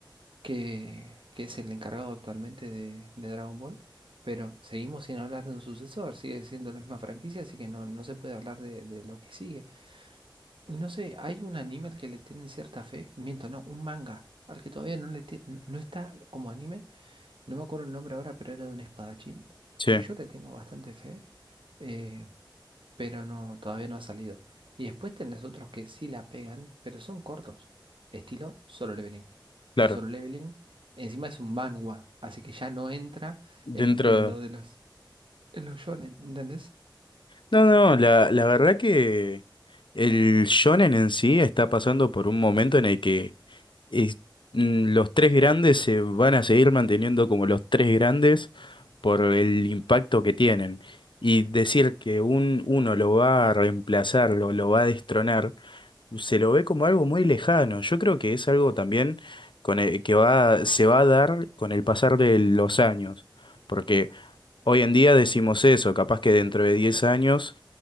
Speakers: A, on the right; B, on the left.
A: que, que es el encargado actualmente de, de Dragon Ball. Pero seguimos sin hablar de un sucesor, sigue siendo la misma franquicia, así que no, no se puede hablar de, de lo que sigue. Y no sé, hay un anime al que le tienen cierta fe, miento, no, un manga, al que todavía no le tie- n- no está como anime, no me acuerdo el nombre ahora, pero era de un espadachín,
B: sí,
A: que yo le tengo bastante fe. Eh, pero no, todavía no ha salido. Y después tenés otros que sí la pegan, pero son cortos. Estilo Solo Leveling.
B: claro,
A: Que Solo Leveling encima es un manhwa, así que ya no entra
B: dentro...
A: en, en lo de los, en los shonen, ¿entendés?
B: No, no, la, la verdad que... El shonen en sí está pasando por un momento en el que es- mm, los tres grandes se van a seguir manteniendo como los tres grandes por el impacto que tienen. Y decir que un, uno lo va a reemplazar, lo, lo va a destronar, se lo ve como algo muy lejano. Yo creo que es algo también con el- que va, se va a dar con el pasar de los años. Porque hoy en día decimos eso, capaz que dentro de 10 años